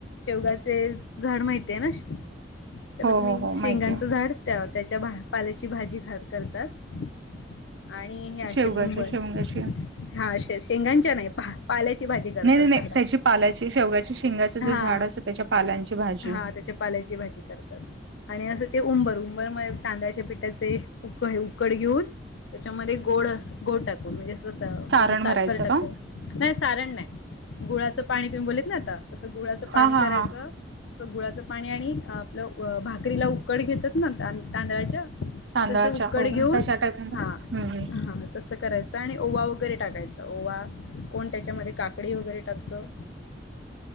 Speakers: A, on the left; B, on the right.
A: शेवगाचे झाड माहिती आहे ना त्याला
B: हो
A: तुम्ही
B: हो हो
A: शेंगांचं
B: माहितीय
A: झाड त्या त्याच्या पाल्याची भाजी ख करतात आणि हे असे
B: शेवगाच्या
A: उंबर
B: शेवगाची
A: हाे शेंगांच्या नाही पाल्याची भाजी करतात
B: नाही नाही नाही
A: झाड
B: त्याची पाल्याची शेवग्याच्या शेंगाचं जे
A: हा
B: झाड असतं त्याच्या पाल्यांची भाजी
A: हा त्याच्या पाल्याची भाजी करतात आणि असं ते उंबर-उंबर म तांदळाच्या पिठाचे उकड घेऊन त्याच्यामध्ये गोड-गोड टाकून म्हणजे तस
B: सारण
A: कोण साखर
B: भरायचं
A: टाकत
B: का
A: नाही सारण नाही गुळाचं पाणी तुम्ही बोलत ना आता तसं गुळाचं पाणी
B: हा हा
A: करायचं
B: हा
A: गुळाचं पाणी आणि आपलं भाकरीला उकड घेतात ना तांदळाच्या
B: तांदळाच्या
A: कड
B: ओ
A: घेऊन
B: तशा टाईप मध्ये
A: हा हा करायच आणि ओवा वगैरे टाकायचा ओवा कोण त्याच्यामध्ये काकडी वगैरे टाकतो
B: <inaudible>